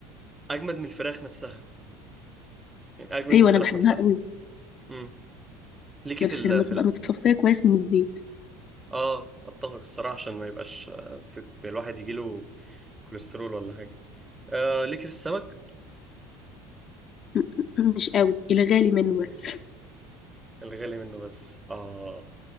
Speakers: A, on the right; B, on the left.
A: اجمد من الفراخ نفسها يعني اجمد
B: ايوه
A: من الفراخ
B: انا بحبها
A: نفسها
B: قوي
A: امم ليكي
B: لا
A: في
B: بس
A: ال
B: لما تبقى
A: في ال
B: متصفيه كويس من الزيت
A: اه اتفق الصراحه عشان ما يبقاش آه، ت- الواحد يجيله كوليسترول ولا حاجه آه ليكي في السمك
B: م- م- مش قوي الغالي منه بس <laughs>
A: الغالي منه بس اه